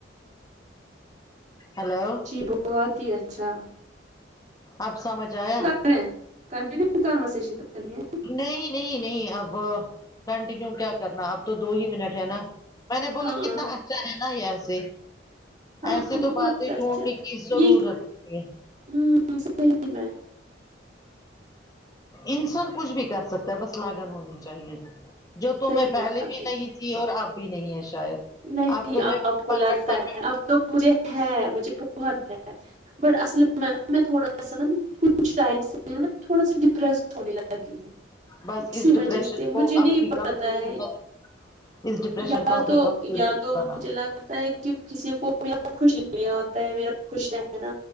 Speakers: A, on the left; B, on the right.
A: ہلو
B: ا جی بہت ہی اچھا
A: اب سمجھ آیا
B: کنینیو کنٹینیو کرنی ہے
A: نہیں نہیں نہیں اب کنٹینیو کیا کرنا اب تو دو ہی منٹ ہے نا میں نے بولا
B: ہاں
A: کتنا اچھا ہے نا یہے
B: ہاں
A: ایسیے تو
B: بہت
A: بات ہی
B: اچھا
A: ڈھونڈنے کی ضرورت
B: یہ
A: ہے
B: ہوں صحیح میں
A: انسان کچھ بھی کر سکتا ہے بس لاگن ہونی چاہیے جو تمیں
B: صحیح
A: پہلے
B: بات
A: بھی
B: ہے
A: نہیں تھی اور اب بھی نہیں ہے شاید
B: نہیں
A: اب تو میں
B: آپ کو
A: پکٹ
B: لگتا
A: پکٹ
B: ہے اب تو مجھے ہے مجھے بہت ہے بٹ اصل میں تھوڑا سا نا کچھ ٹائم تھوڑا سا ڈپریس ہونے لگی ہوں
A: بس
B: اسی
A: اس
B: وجہ
A: ڈپریشن
B: سے
A: کو
B: مجھے نہیں
A: اپنی کمزوری
B: پتا ہے
A: مت اس ڈپریشن
B: یا
A: کو اپنی
B: تو
A: کمزوری
B: یا
A: مت
B: تو
A: بنا
B: مجھے لگتا ہے کہ کسی کو م خوشی لیے آتا ہے میرا خوش رہناا